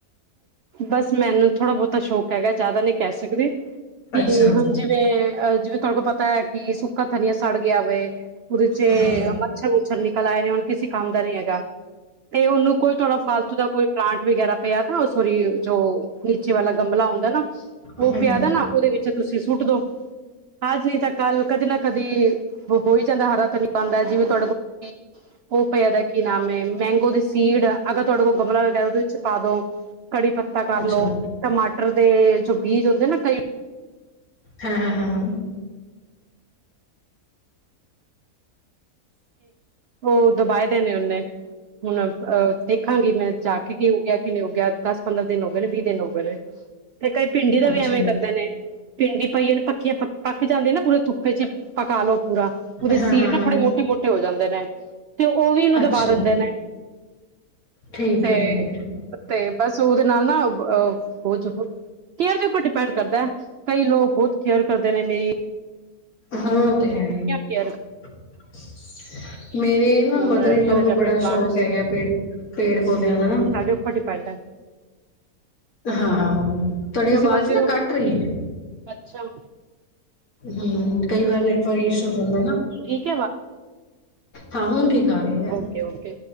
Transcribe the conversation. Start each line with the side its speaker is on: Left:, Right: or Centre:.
Right: ਬਸ ਮੈਨੂੰ ਥੋੜ੍ਹਾ ਬਹੁਤਾ ਸ਼ੌਕ ਹੈਗਾ ਜ਼ਿਆਦਾ ਨਹੀਂ ਕਹਿ ਸਕਦੀ ਕਿ
Left: ਅੱਛਾ
Right: ਹੁਣ ਜਿਵੇਂ ਅਹ <unintelligible> ਪਤਾ ਹੈ ਕਿ ਸੁੱਕਾ ਧਨਿਆ ਸੜ ਗਿਆ ਵੇ ਉਹਦੇ ਚ
Left: ਹਾਂ ਹਾਂ
Right: ਮੱਛਰ ਮੁੱਛਰ ਨਿਕਲ ਆਏ ਨੇ ਹੁਣ ਕਿਸੇ ਕੰਮ ਦਾ ਨੀ ਹੈਗਾ ਤੇ ਉਹਨੂੰ ਕੋਈ ਥੋੜਾ ਫਾਲਤੂ ਦਾ ਕੋਈ ਪਲਾਂਟ ਵਗੈਰਾ ਪਿਆ ਉਹ ਸੋਰੀ ਜੋ ਨੀਚੇ ਵਾਲਾ ਗਮਲਾ ਹੁੰਦਾ ਨਾ
Left: ਹਮ
Right: ਉਹ ਪਿਆ
Left: ਹਮ,
Right: ਦਾ ਨਾ ਉਹਦੇ ਵਿੱਚ ਤੁਸੀਂ ਸੁੱਟ ਦੋ ਅੱਜ ਨਹੀਂ ਤਾਂ ਕੱਲ ਕਦੇ ਨਾ ਕਦੀ ਵੋ ਬੋਈ ਜਾਂਦਾ ਹੈ ਹਰਾ ਧਨੀਆ ਹੋ ਹੀ ਜਾਂਦਾ ਜਿਵੇਂ ਤੁਹਾਡੇ ਕੋਲ ਪਿਆਦਾ ਕੀ ਨਾਮ ਹੈ ਮੈਂਗੋ ਦੀ ਸੀਡ ਅਗਰ ਤੁਹਾਡੇ ਕੋਲ ਗਮਲਾ ਵਗੈਰਾ ਉਹਦੇ ਵਿੱਚ ਪਾ ਦੋ <unintelligible> <inaudible> ਕੜੀ ਪੱਤਾ ਕਰਲੋ
Left: ਅੱਛਾ
Right: ਟਮਾਟਰ ਟਟਰ ਦੇ ਜੋ ਬੀਜ ਹੁੰਦੇ ਨਾ ਕਈ
Left: ਹਾਂ ਹਾਂ ਹਾਂ
Right: ਹੋਰ ਦੁਬਾਏ ਦੇ ਨੇ ਔਨੇ ਹੁਨ ਅ ਦੇਖਾਂਗੀ ਮੈਂ ਜਾ ਕੇ ਕੀ ਹੋ ਗਿਆ ਕੀ ਨਈ ਹੋ ਗਿਆ ਦਸ ਪੰਦਰਾਂ ਦਿਨ ਹੋ ਗਏ ਨੇ ਵੀ ਦਿਨ ਹੌ ਗਏ ਨੇ, ਤੇ ਕਈ ਪਿੰਡੀ ਦਾ
Left: ਅੱਛਾ
Right: ਵੀ ਐਵੇਂ
Left: ਹਾਂ
Right: ਕਰਦੇ ਨੇ ਪਿੰਡੀ ਪਈ ਹੌਈ ਪੱਕੀਆਂ ਪ ਪੱਕ ਜਾਂਦੇ ਨਾ ਪੂਰੇ ਧੁੱਭ ਈਚ ਪਕਾ ਲਔ ਪੂਰਾ ਓਦੇ
Left: ਹਾਂ
Right: ਸੀਡ
Left: ਹਾਂ
Right: ਨਾ ਥੋੜੇ
Left: ਹਾਂ,
Right: ਮੋਟੇ ਮੋਟ ਜਾਂਦੇ ਨੇ ਤੇ ਔ ਔ ਵੀ ਇਹਨੂੰ
Left: ਅੱਛਾ
Right: ਦਬਾ ਦਿੰਦੇ ਨੇ,
Left: ਠੀਕ
Right: ਤੇ
Left: ਹੈ ਠੀਕ ਹੈ ਠੀਕ ਹੈ
Right: ਤੇ ਬਾਸ ਉਦੇ ਨਾ ਅ ਫੋਜ ਕੇਅਰ ਦੇ ਉੱਪਰ ਡਿਪੈਂਡ ਕਰਦੈ ਕਈ ਲੋਕ ਬੌਤ ਕੇਅਰ ਕਰਦੇ ਨੇ ਮੇਰੀ
Left: ਹਾਂ ਔ ਤੇ ਹੈ ਈ <unintelligible>
Right: ਕੇਅਰ
Left: ਮੇਰੇ ਨਾ
Right: ਉਹਨਾਂ
Left: ਮਦਰ
Right: ਨੇ ਰੱਖੇ
Left: ਈਨ-ਲੋ
Right: ਦੇ ਨੇ
Left: ਨੂੰ
Right: ਆਪਣੇ
Left: ਬੜਾ
Right: ਪਲਾਂਟਸ
Left: ਸ਼ੌਕ ਹੈਗੈ ਪੇੜ ਪੇੜ
Right: ਤੇ
Left: ਪੌਦਿਆਂ ਦਾ ਨਾ
Right: ਸਾਡੇ ਉੱਪਰ ਡਿਪੈਂਡ ਹੈ
Left: ਹਾਂ-ਹਾਂ, ਤੁਹਾਡੀ
Right: ਤੁਸੀਂ
Left: ਅਵਾਜ਼
Right: ਮੰਨਦੇ
Left: ਨਾ
Right: ਹੋ
Left: ਕਾਟ ਰਈ ਏ,
Right: ਅੱਛਾ
Left: ਹੰ ਕਈ ਵਾਰ ਨੈਟਵਰਕ ਇਸ਼ੁ ਹੋ ਜਾਂਦਾ ਐ ਨਾ।
Right: ਠੀਕ
Left: ਹਾਂ ਹੁਨ ਠੀਕ ਆ ਰਹੀ ਹੈ
Right: ਔਕੇ ਔਕੇ